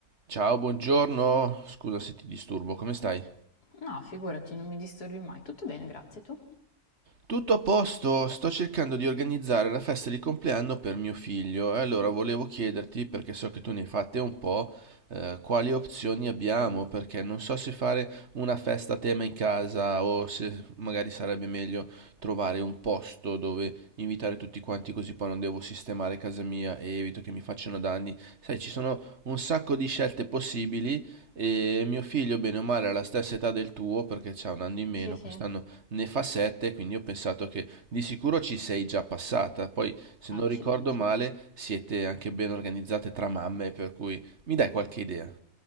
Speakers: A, on the right; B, on the left.
A: Ciao, buongiorno. Scusa se ti disturbo, come stai?
B: No, figurati, non mi disturbi mai. Tutto bene, grazie. Tu?
A: Tutto a posto, sto cercando di organizzare la festa di compleanno per mio figlio e allora volevo chiederti, perché so che tu ne hai fatte un po', eh, quali opzioni abbiamo, perché non so se fare una festa a tema in casa o se magari sarebbe meglio trovare un posto dove invitare tutti quanti così poi non devo sistemare casa mia e evito che mi facciano danni. Sai, ci sono un sacco di scelte possibili e mio figlio, bene o male, ha la stessa età del tuo perché c'ha un anno in meno,
B: Sì, sì.
A: quest'anno ne fa sette, quindi ho pensato che di sicuro ci sei già passata. Poi, se
B: Accidenti.
A: non ricordo male, siete anche ben organizzate tra mamme, per cui mi dai qualche idea?